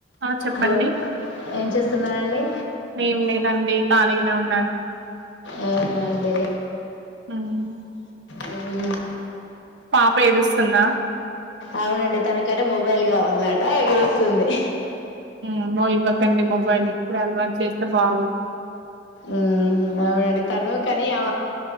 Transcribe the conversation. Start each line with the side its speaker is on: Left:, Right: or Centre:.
Right: ఆ చెప్పండి
Left: హలో ఏం చేస్తున్నండి
Right: ఏం లేదండి ఖాళీగానే ఉన్నాను
Left: అవునా అండి
Right: హ్మ్.
Left: ఉమ్
Right: పాప ఏడుస్తుందా
Left: అవునండి తనకంట మొబైల్ కావాలట ఏ స్తుంది
Right: ఆమ్మో ఇవ్వకండి మొబైల్ ఇప్పుడే అలవాటు చేస్తే బాగు
Left: ఉమ్ అవునండి తను కాని ఆ